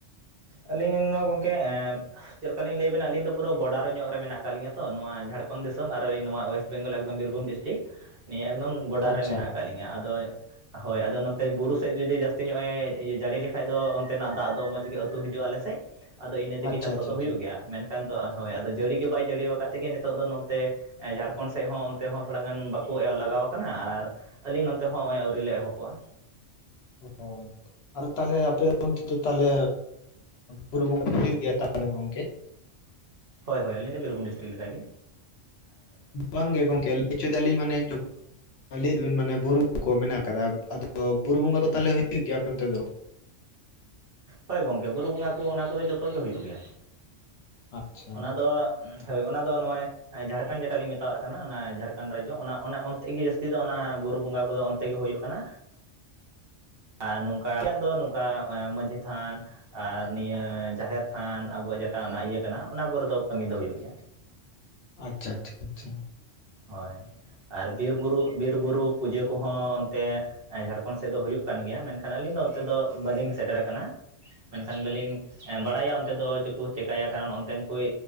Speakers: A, on the right (about 55°); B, on the left (about 65°).
A: ᱟᱹᱞᱤᱧ <unintelligible> ᱜᱚᱝᱠᱮ ᱪᱮᱫ ᱞᱮᱠᱟᱞᱤᱧ ᱞᱟᱹᱭᱵᱮᱱᱟ ᱟᱹᱞᱤᱧ ᱫᱚ ᱯᱩᱨᱟᱹ ᱵᱚᱰᱟᱨ ᱧᱚᱜ ᱨᱮ ᱢᱮᱱᱟᱜ ᱟᱠᱟᱫ ᱞᱤᱧᱟᱹ ᱛᱚ ᱱᱚᱣᱟ ᱡᱷᱟᱲᱠᱷᱚᱸᱰ ᱫᱤᱥᱚᱢ ᱟᱨ ᱱᱚᱣᱟ ᱚᱭᱮᱥᱴ ᱵᱮᱝᱜᱚᱞ ᱮᱠᱫᱚᱢ ᱵᱤᱨᱵᱷᱩᱢ ᱰᱤᱥᱴᱤᱠ ᱱᱤᱭᱟᱹ ᱮᱠᱫᱚᱢ ᱵᱚᱰᱟᱨ
B: ᱟᱪᱪᱷᱟ
A: ᱨᱮ ᱢᱮᱱᱟᱜ ᱟᱠᱟᱫ ᱞᱤᱧᱟ ᱟᱫᱚ ᱦᱳᱭ ᱟᱫᱚ ᱱᱚᱛᱮ ᱵᱩᱨᱩ ᱥᱮᱫ ᱡᱩᱫᱤ ᱡᱟᱹᱥᱛᱤ ᱧᱚᱜᱼ ᱮ ᱡᱟᱹᱲᱤ ᱞᱮᱠᱷᱟᱡ ᱫᱚ ᱚᱱᱛᱮᱱᱟᱜ ᱫᱟᱜ ᱫᱚ ᱢᱚᱡᱽ <unintelligible> ᱟᱹᱛᱩ ᱦᱤᱡᱩᱜᱼᱟ ᱟᱞᱮ ᱥᱮᱫ ᱟᱫᱚ ᱤᱱᱟᱹ ᱛᱮᱜᱮ
B: ᱟᱪᱪᱷᱟ
A: ᱪᱟᱥᱚᱜ
B: ᱟᱪᱪᱷᱟ
A: ᱫᱚ
B: ᱟᱪᱪᱷᱟ
A: ᱦᱩᱭᱩᱜ ᱜᱮᱭᱟ ᱢᱮᱱᱠᱷᱟᱱ ᱠᱷᱟᱱ ᱫᱚ ᱦᱳᱭ ᱟᱫᱚ ᱡᱟᱹᱲᱤ ᱜᱮ ᱵᱟᱭ ᱡᱟᱹᱲᱤᱠᱟᱫ ᱛᱮᱜᱮ ᱱᱤᱛᱚᱜ ᱫᱚ ᱱᱚᱛᱮ ᱡᱷᱟᱲᱠᱷᱚᱸᱰ ᱥᱮᱫ ᱦᱚᱸ ᱚᱱᱛᱮ ᱦᱚᱸ ᱛᱷᱚᱲᱟ ᱜᱟᱱ ᱵᱟᱠᱚ ᱮ ᱞᱟᱜᱟᱣ ᱠᱟᱱᱟ ᱟᱨ ᱟᱞᱤᱧ ᱱᱚᱛᱮ ᱦᱚᱸ ᱱᱚᱜᱼᱚᱭ ᱟᱹᱣᱨᱤ ᱞᱮ ᱮᱦᱚᱵᱚᱜᱼᱟ
B: ᱚ ᱟᱫᱚ ᱛᱟᱦᱚᱞᱮ ᱟᱯᱮ ᱚᱱᱛᱮ ᱫᱚ ᱛᱟᱦᱚᱞᱮ ᱵᱩᱨᱩ ᱵᱚᱸᱜᱟ ᱫᱚ ᱦᱩᱭᱩᱜ ᱜᱮᱭᱟ ᱛᱟᱦᱚᱞᱮ ᱜᱚᱝᱠᱮ
A: ᱦᱳᱭ ᱦᱳᱭ ᱟᱹᱞᱤᱧ ᱫᱚ ᱵᱤᱨᱵᱷᱩᱢ ᱰᱤᱥᱴᱨᱤᱠ ᱞᱮᱠᱟ ᱜᱮ
B: ᱵᱟᱝᱜ ᱜᱮ ᱜᱚᱝᱠᱮ ᱞᱮᱫᱟᱞᱤᱧ ᱢᱟᱱᱮ <unintelligible> ᱞᱟᱹᱭᱮᱫᱵᱤᱱ ᱢᱟᱱᱮ ᱵᱩᱨᱩ ᱠᱚ ᱢᱮᱱᱟᱜ ᱟᱠᱟᱫᱟ ᱟᱫᱚ ᱵᱩᱨᱩ ᱵᱚᱸᱜᱟ ᱠᱚ ᱛᱟᱦᱚᱞᱮ ᱦᱩᱭᱩᱜ ᱜᱮᱭᱟ ᱟᱯᱮ ᱚᱱᱛᱮ ᱫᱚ
A: ᱦᱳᱭ ᱜᱚᱝᱠᱮ ᱵᱩᱨᱩ ᱵᱚᱸᱜᱟ ᱠᱚ ᱚᱱᱟ ᱠᱚᱫᱚ ᱡᱚᱛᱚ ᱜᱮ ᱦᱩᱭᱩᱜ ᱜᱮᱭᱟ---ᱚᱱᱟ
B: ᱟᱪᱪᱷᱟ
A: ᱫᱚ ᱦᱳᱭ ᱚᱱᱟ ᱫᱚ ᱱᱚᱜᱼᱚᱭ ᱡᱷᱟᱲᱠᱷᱚᱸᱰ ᱡᱮᱴᱟ ᱞᱤᱧ ᱢᱮᱛᱟᱣᱟᱜ ᱠᱟᱱᱟ ᱚᱱᱟ ᱡᱷᱟᱲᱠᱷᱚᱸᱰ ᱨᱟᱡᱽᱡᱚ ᱚᱱᱟ ᱚᱱᱛᱮ ᱜᱮ ᱡᱟᱹᱥᱛᱤ ᱫᱚ ᱚᱱᱟ ᱵᱩᱨᱩ ᱵᱚᱸᱜᱟ ᱠᱚᱫᱚ ᱚᱱᱛᱮ ᱜᱮ ᱦᱩᱭᱩᱜ ᱠᱟᱱᱟ ᱟᱨ ᱱᱚᱝᱠᱟ ᱟᱞᱮᱭᱟᱜ ᱫᱚ ᱱᱚᱝᱠᱟ ᱢᱟᱺᱡᱷᱤ ᱛᱷᱟᱱ ᱟᱨ ᱱᱤᱭᱟᱹ ᱡᱟᱦᱮᱨ ᱛᱷᱟᱱ ᱟᱵᱚᱣᱟᱜ ᱡᱮᱴᱟ ᱚᱱᱟ ᱤᱭᱟᱹ ᱠᱟᱱᱟ ᱚᱱᱟ ᱠᱚᱨᱮ ᱫᱚ ᱠᱟᱹᱢᱤ ᱫᱚ ᱦᱩᱭᱩᱜ ᱜᱮᱭᱟ
B: ᱟᱪᱪᱷᱟ ᱟᱪᱪᱷᱟ ᱟᱪᱪᱷᱟ
A: ᱦᱳᱭ ᱟᱨ ᱵᱤᱨᱵᱩᱨᱩ ᱵᱤᱨᱵᱩᱨᱩ ᱯᱩᱡᱟᱹ ᱠᱚᱦᱚᱸ ᱚᱱᱛᱮ ᱡᱷᱟᱲᱠᱷᱚᱱᱰ ᱥᱮᱫ ᱫᱚ ᱦᱩᱭᱩᱜ ᱠᱟᱱ ᱜᱮᱭᱟ ᱢᱮᱱᱠᱷᱟᱱ ᱟᱹᱞᱤᱧ ᱫᱚ ᱚᱱᱛᱮ ᱫᱚ ᱵᱟᱹᱞᱤᱧ ᱥᱮᱴᱮᱨ ᱠᱟᱱᱟ ᱢᱮᱱᱠᱷᱟᱱ ᱵᱟᱞᱤᱧ ᱵᱟᱲᱟᱭᱟ ᱚᱱᱛᱮ ᱫᱚ ᱪᱮᱫᱠᱚ ᱪᱤᱠᱟᱹᱭᱟ ᱠᱟᱨᱚᱱ ᱚᱱᱛᱮᱱ ᱠᱚᱭ